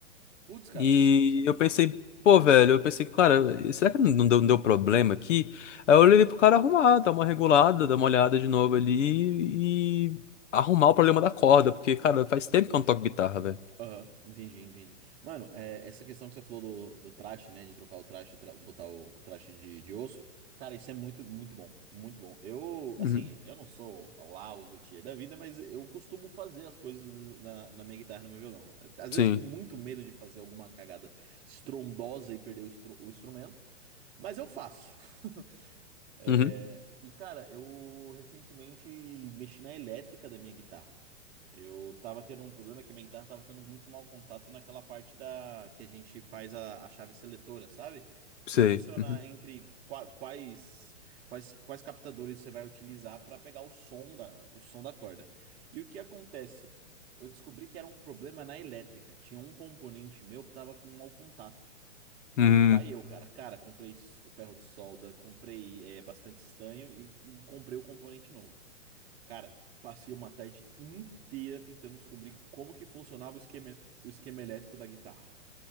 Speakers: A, on the right (about 15°); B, on the left (about 75°).
A: Putz, cara,
B: E
A: isso é muito
B: eu pensei,
A: bom.
B: pô, velho, eu pensei, cara, será que não deu, não deu problema aqui? Aí eu levei pro cara arrumar, dar uma regulada, dar uma olhada de novo ali e arrumar o problema da corda, porque, cara, faz tempo que eu não toco guitarra, velho.
A: Aham, entendi, entendi. Mano, é, essa questão que você falou do, do traste, né? De trocar o traste, tra- botar o, o traste de, de osso. Cara, isso é muito, muito bom. Muito bom. Eu,
B: Uhum.
A: assim, eu não sou lá o luthier da vida, mas eu costumo fazer as coisas na, na minha guitarra, no meu violão. Às
B: Sim.
A: vezes com muito medo de fazer alguma cagada estrondosa e perder o, estru- o instrumento, mas eu faço. <laughs> É,
B: Uhum.
A: e cara, eu recentemente mexi na elétrica da minha guitarra. Eu tava tendo um problema que a minha guitarra tava tendo muito mau contato naquela parte da que a gente faz a, a chave seletora, sabe? Você
B: Sei.
A: seleciona
B: Uhum.
A: entre qua- quais quais quais captadores você vai utilizar para pegar o som da o som da corda. E o que acontece? Eu descobri que era um problema na elétrica. Tinha um componente meu que tava com mau contato. E
B: Hum.
A: aí vai eu, cara. Cara, comprei s- o ferro de solda, comprei é, bastante estanho e, e comprei o componente novo. Cara, passei uma tarde inteira tentando descobrir como que funcionava o esquema, o esquema elétrico da guitarra.